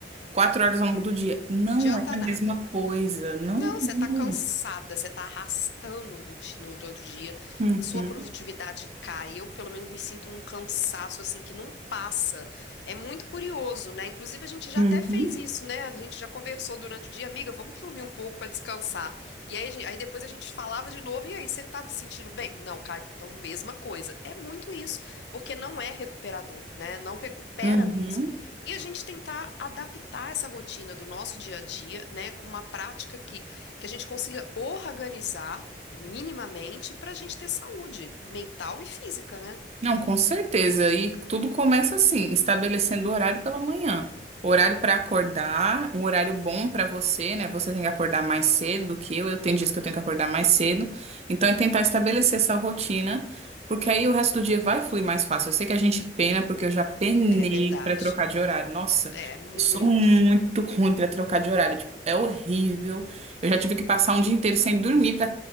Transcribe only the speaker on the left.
Adianta
nada.
Não, você tá cansada,
você tá arrastando do di- no- durante o dia,
sua produtividade cai. Eu, pelo menos, me sinto num cansaço assim que não passa. É muito curioso, né? Inclusive, a gente já
até fez isso, né? A gente já conversou durante o dia, amiga, vamos dormir um pouco pra descansar. E aí, a gen- aí depois a gente falava de novo, e aí, você tá se sentindo bem? Não, cara, então mesma coisa. É muito isso, porque não é recuperador, né? Não recupera
mesmo. E a gente tentar adaptar essa rotina do nosso dia a dia, né, com uma prática que que a gente consiga organizar minimamente para a gente ter saúde mental e física, né?
É verdade.
É muito